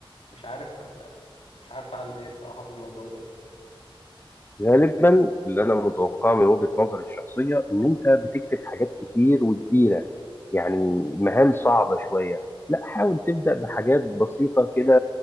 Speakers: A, on the left; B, on the left.
A: مش عارف مش عارف اعمل ايه الصراحه في الموضوع ده
B: غالبا اللي انا متوقعه من وجهة نظري الشخصيه ان انت بتكتب حاجات كتير وكبيره يعني مهام صعبه شويه لا حاول تبدا بحاجات بسيطه كده